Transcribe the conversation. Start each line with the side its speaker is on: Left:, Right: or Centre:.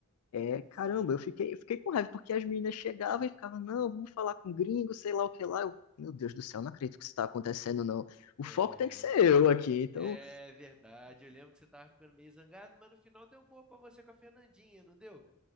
Left: é, caramba,
Centre: Sim,
Left: eu fiquei, eu fiquei com raiva, porque as meninas chegavam e ficavam, não, vamos falar com gringo, sei lá o que lá. Eu, meu Deus do céu, não acredito que isso tá acontecendo, não. O
Centre: é.
Left: foco tem que ser eu aqui, então
Centre: É verdade. Eu lembro que você tava ficando meio zangado, mas no final deu boa pra você com a Fernandinha, não deu?